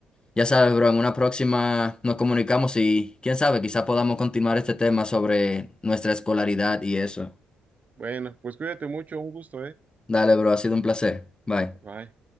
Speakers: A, on the left; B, on the right.
A: ya sabes, bro, en una próxima nos comunicamos y quién sabe, quizá podamos continuar este tema sobre nuestra escolaridad y eso.
B: Bueno, pues cuídate mucho, un gusto, ¿eh?
A: Dale, bro, ha sido un placer. Bye.
B: Bye.